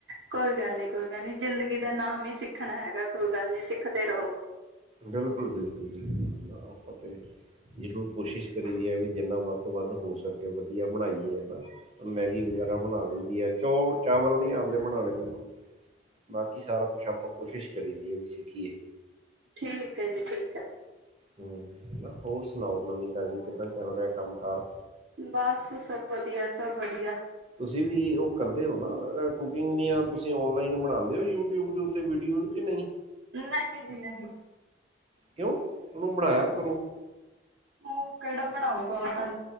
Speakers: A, on the right; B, on the right.
A: ਕੋਈ ਗੱਲ ਨੀ, ਕੋਈ ਗੱਲ ਨੀ। ਜ਼ਿੰਦਗੀ ਦਾ ਨਾਮ ਈ ਸਿੱਖਨਾ ਹੈਗਾ, ਕੋਈ ਗੱਲ ਨੀ, ਸਿੱਖਦੇ ਰਹੋ।
B: ਬਿਲਕੁਲ-ਬਿਲਕੁਲ-ਬਿਲਕੁਲ, ਹਨਾ? ਆਪਾਂ 'ਤੇ ਜ਼ਰੂਰ ਕੋਸ਼ਿਸ਼ ਕਰੀ ਦੀ ਐ ਵੀ ਜਿੰਨਾ ਵੱਦ ਤੋਂ ਵੱਦ ਹੋ ਸਕੇ ਵਦੀਆ ਬਨਾਈਏ, ਹੈਨਾ? ਮੈਗੀ ਵਗੈਰਾ ਬਨਾ ਲਈ ਦੀ ਐ, ਚੋਲ- ਚਾਵਲ ਨੀ ਆਂਦੇ ਬਨਾਣੇ ਮੈਨੂੰ। ਬਾਕੀ ਸਾਰਾ ਕੁਛ ਆਪਾਂ ਕੋਸ਼ਿਸ਼ ਕਰੀਦੀ ਏ ਵੀ ਸਿੱਖੀਏ।
A: ਠੀਕ ਐ ਜੀ, ਠੀਕ ਐ।
B: ਹੂੰ, ਹਨਾ। ਹੋਰ ਸੁਨਾਓ, ਨਵੀ-ਤਾਜ਼ੀ? ਕਿੱਦਾਂ ਚੱਲ ਰੇਆ ਕੰਮ-ਕਾਰ?
A: ਬਸ, ਸਭ ਵਦੀਆ, ਸਭ ਵਦੀਆ।
B: ਤੁਸੀਂ ਵੀ ਉਹ ਕਰਦੇ ਓ ਨਾ, ਅਹ ਕੁਕਿੰਗ ਦੀਆਂ ਤੁਸੀ ਔਨਲਾਈਨ ਬਣਾਂਦੇ? ਇਹ ਵੀ ਯੂਟਿਊਬ ਦੇ ਉੱਤੇ ਵੀਡੀਓਜ਼ ਕਿ ਨਈਂ?
A: ਨਹੀਂ ਜੀ, ਨਹੀਂ।
B: ਕਿਉਂ, ਉਨੂੰ ਬਣਾਇਆ ਕਰੋ।
A: ਉਹ ਕੇੜਾ ਬਣਾਉਗਾ ਉਨਾਂ ਨੂੰ?